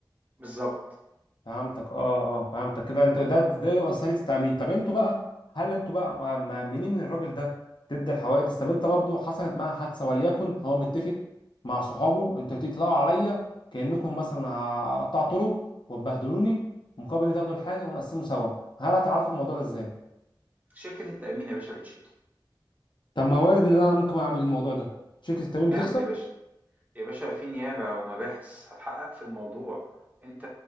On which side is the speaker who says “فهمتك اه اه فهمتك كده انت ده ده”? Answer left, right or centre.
Left